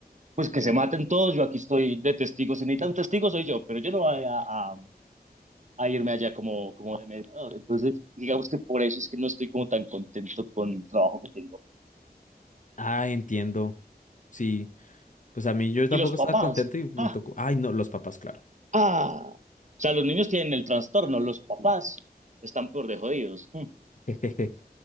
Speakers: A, on the right (about 50°); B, on the left (about 50°).
A: pues que se maten todos, yo aquí estoy de testigo, si necesitan un testigo soy yo, pero yo no voy a, a- a irme allá como, como de mediador. Entonces, digamos que por eso es que no estoy como tan contento con el trabajo que tengo.
B: Ah, entiendo. Sí, pues a mí yo tampoco
A: Y los papás.
B: estaba contento y me
A: ah,
B: tocó. Ay, no, los papás, claro.
A: Ah, o sea, los niños tienen el trastorno, los papás están peor de jodidos. Mm.
B: <laughs>